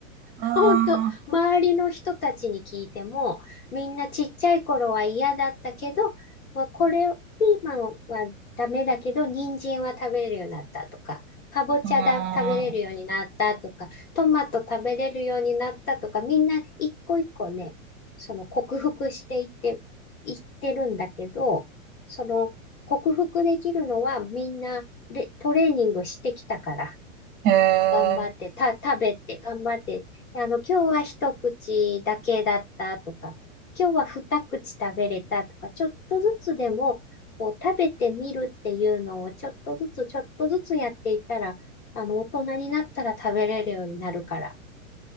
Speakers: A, on the left; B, on the right.
A: <laughs>
B: ーん。
A: 本当、
B: う
A: 周りの人たちに聞いても、みんなちっちゃい頃は嫌だったけど、まあ、これ、ピーマンはダメだけど、人参は食べれるようになったとか、かぼちゃだ、
B: ー
A: 食べれるようになったとか、トマト食べれるようになったとか、みんな一個一個ね、その克服していって、いってるんだけど、その克服できるのはみんなでトレーニングしてきたから。
B: ん。へえ。
A: 頑張って、た、食べて、頑張って、あの、今日は一口だけだったとか、今日は二口食べれたとか、ちょっとずつでも、こう、食べてみるっていうのを、ちょっとずつ、ちょっとずつやっていったら、あの、大人になったら食べれるようになるから、